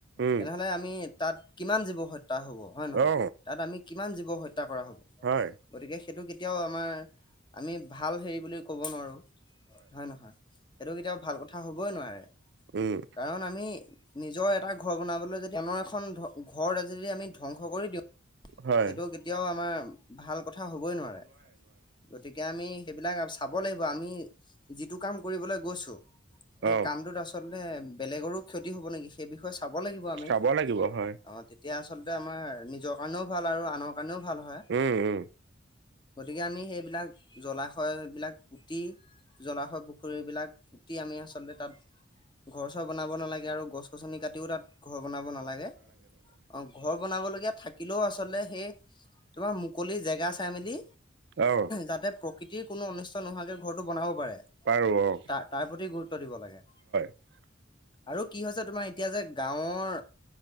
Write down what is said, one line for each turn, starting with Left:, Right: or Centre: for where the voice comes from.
Right: উম
Left: তেনেহলে আমি তাত কিমান জীৱ হত্্যা হব হয় নহয়,
Right: অ
Left: তাত আমি কিমান জীৱ হ কৰা হ'ব।
Right: হয়
Left: গতিকে সেইটো কেতিয়াও আমাৰ আমি ভাল হেৰি বুলি কব নোৱাৰো। হয় নহয়, সেইটো কেতিয়াাবও ভাল কথা হবই নোৱাৰে,
Right: উম
Left: কাৰণ আমি আমি নিজৰ এটা ঘৰ বনাবলৈ যদি আনৰ এখন ঘ আজি যদি আমি ধ্বংস কৰি দিওঁ।
Right: হয়
Left: সেইটো কেতিয়াও আমাৰ ভাল কথা হবই নোৱাৰে, গতিকে আমি সেইবিলাক চাব লাগিব আমি যিটো ক কাম কৰিবলৈ গৈছো। সেই
Right: অ
Left: কামটোত আচলতে বেলেগৰো ক্ষতি হব নেকি সেই বিষয়ে চাব লাগিব আমি,
Right: চাব লাগিব হয়
Left: অ'। অ' তেতিয়া আচলতে আমাৰ নিজৰ কাৰণেও ভাল আৰু আনৰ কাৰণেও ভাল হয়।
Right: উম উম।
Left: গতিকে আমি সেইবিলাক জলাশয়বিলাক পুতি জলাশয় পুখুৰীবিলাক পুতি আমি আচলতে তাত ঘৰ চৰ বনাব নালাগে আৰু গছ গছনি কাটিও তাত ঘৰ বনাব নালাগে, অ' ঘৰ বনাব থাকিলেও আচলতে, সেই তোমাৰ মুকলি জেগা চাই মেলি
Right: অ
Left: যাতে প্ৰকৃতিৰ কোনো অনিষ্ট নোহোৱাকে ঘৰটো বনাব পাৰে। ত
Right: পাৰো অ
Left: তাৰ প্ৰতি গুৰুত্ব দিব লাগে।
Right: <inaudible>
Left: আৰু কি হৈছে তোমাৰ এতিয়া যে গাঁৱৰ